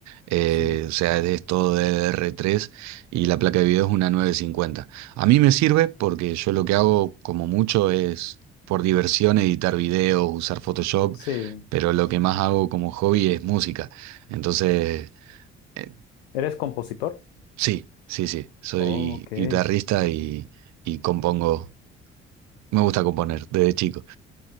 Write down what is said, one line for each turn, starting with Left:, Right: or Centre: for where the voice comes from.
Right: eh,
Left: Sí,
Right: o sea, es todo D D r 3 y la placa de video es una 950. A mí me sirve porque yo lo que hago como mucho es por diversión editar videos, usar Photoshop,
Left: sí.
Right: pero lo que más hago como hobby es música. Entonces, eh,
Left: ¿Eres compositor?
Right: sí, sí, sí, soy
Left: Oh, ok.
Right: guitarrista y, y compongo, me gusta componer desde chico.